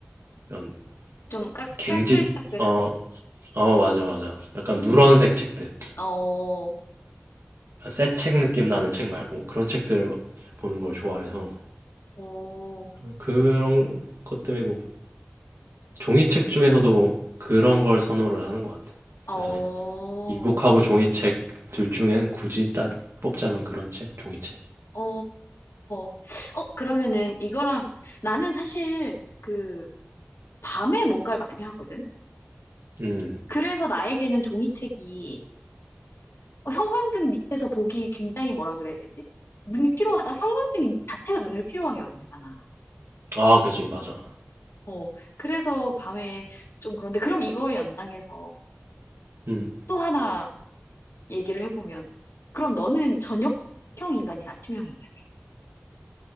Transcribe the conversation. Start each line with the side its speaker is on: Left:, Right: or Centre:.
Right: 이런
Left: 좀 까,
Right: 갱질
Left: 까끌까끌한?
Right: 어, 어, 맞아, 맞아. 약간 누런색 책들.
Left: 어,
Right: 약간 새책 느낌 나는 책 말고 그런 책들을 보는 걸 좋아해서
Left: 어,
Right: 그런 것 때문에 뭐 종이책 중에서도 그런 걸 선호를 하는 것 같아.
Left: 어,
Right: 그래서 이북하고 종이책 둘 중엔 굳이 따, 뽑자면 그런 책, 종이책.
Left: 어, 어, 그러면은 이거랑 나는 사실 그 밤에 뭔가를 많이 하거든?
Right: 음,
Left: 그래서 나에게는 종이책이 어, 형광등 밑에서 보기 굉장히 뭐라 그래야 되지? 눈이 피로하다? 형광등 자체가 눈을 피로하게 만들잖아.
Right: 아, 그지, 맞아.
Left: 어, 그래서 밤에 좀 그런데 그럼 이거에 연장해서
Right: 음,
Left: 또 하나 얘기를 해보면 그럼 너는 저녁형 인간이야, 아침형 인간이야?